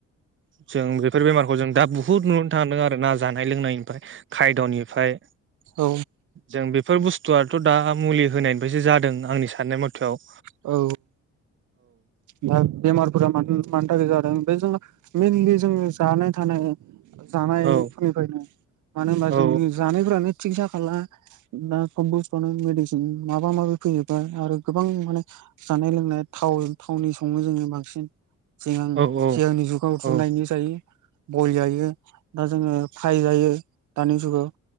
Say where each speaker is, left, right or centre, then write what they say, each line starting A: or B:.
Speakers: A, on the right (about 40°); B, on the right (about 75°).
A: जों बेफोर बेमारखौ जों दा ब बुहुद नुनो थांदों आरो ना जानाय लोंनायनिफ्राय खायद'निफ्राय
B: औ
A: जों बेफोर बुस्थुआथ' दा मुलि होनायनिफ्रायसो जादों आंनि साननाय मथआव
B: औ दा बेमारफोरा मानि थाखाय जादों ओमफ्राय जों मइेनलि जों जानाय थानाय जानायफोरनिफ्रायनो
A: औ
B: मानो होनबा
A: औ
B: जोंनि जानायफोरानो सिकितसा खालाम दा सब बुस्थुनो मेडिसिन माबा माबि फैजोबबाय आरो गोबां माने जानाय लोंनाय थाव थावनि सङो जोङो बांसिन सिगां
A: औ औ
B: हेलांनि जुगाव
A: औ
B: रुनायनि जायो बल जायो दा जोङो फाय जायो दानि जुगाव